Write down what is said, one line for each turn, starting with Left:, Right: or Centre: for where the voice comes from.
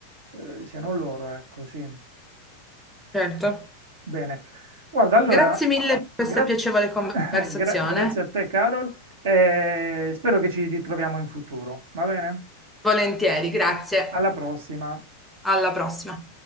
Right: eh, siano loro, ecco, sì.
Centre: certo.
Right: Bene, guarda, allora,
Centre: Grazie mille per
Right: gra-
Centre: questa piacevole conversazione.
Right: <laughs> gra- grazie a te, Carol, e spero che ci ritroviamo in futuro, va bene?
Centre: Volentieri, grazie.
Right: Alla prossima.
Centre: Alla prossima.